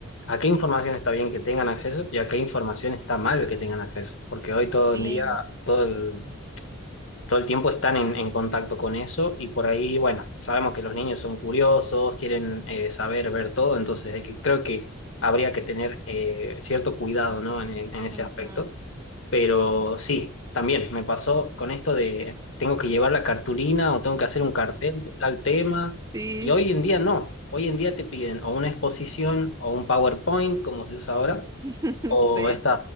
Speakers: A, on the left; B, on the right.
A: a qué información está bien que tengan acceso y a qué información está mal que tengan acceso, porque hoy todo
B: Sí.
A: el día, todo el, todo el tiempo están en, en contacto con eso y por ahí, bueno, sabemos que los niños son curiosos, quieren eh, saber, ver todo, entonces hay que, creo que habría que tener eh, cierto cuidado, ¿no? En, en ese
B: ujú,
A: aspecto. Pero
B: Sí.
A: sí, también me pasó con esto de tengo que llevar la cartulina o tengo que hacer un cartel de tal tema
B: Sí.
A: y hoy en día no. Hoy en día te piden o una exposición o un PowerPoint, como se usa ahora,
B: <laughs>
A: o
B: Sí.
A: estos